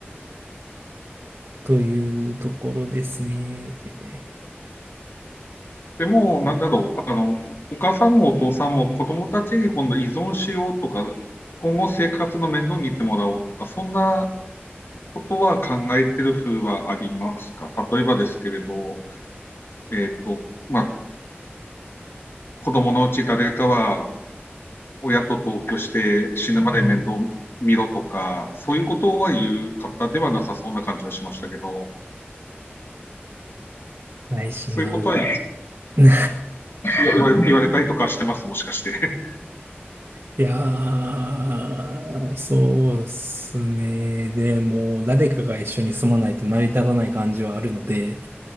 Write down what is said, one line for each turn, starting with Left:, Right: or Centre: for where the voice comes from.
Right: <laughs> というところですね。
Left: でも、なんだろう、あの、お母さんもお父さんも子供たちに今度依存しようとか、今後生活の面倒を見てもらおうとか、そんなことは考えてる風はありますか例えばですけれど、えっと、まあ、子供のうち誰かは親と同居して死ぬまで面倒見ろとか、そういうことは言う方ではなさそうな感じはしましたけど、
Right: 内心ある。
Left: そういうことは
Right: <laughs>
Left: 言わ言われたりとかしてます、もしかして。<laughs>
Right: いやー、そうっすね。でも、誰かが一緒に住まないと成り立たない感じはあるので、